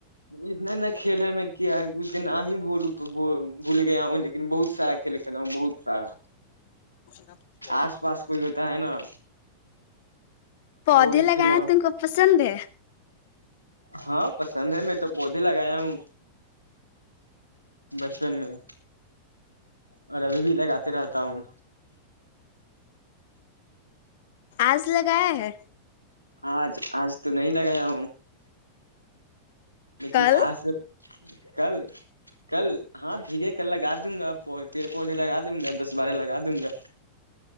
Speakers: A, on the right; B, on the left.
A: اتنا ن کھیل ہے میں کیا اس کے نام ہی بول بھول گیا ہوں لن بہت سارا کھیل ک بہت سارا
B: ہ
A: آس پاس کوئی ہوتا ہے نا
B: پودے
A: وہ بھی
B: لگانا
A: کھیلا ہوں
B: تم کو پسند ہے
A: ہاں پسند ہے میں تو پودے لگایا ہوں بچپن میں اور ابھی بھی لگاتے رہتا ہوں
B: آج لگایا ہے
A: آج آج تو نہیں لگایا ہوں لیکن
B: کل
A: آج سے کل کل ہاں بھیگے کل لگا دوں گا تیرے پودے لگا دوں گا دس بارہ لگا دوں گا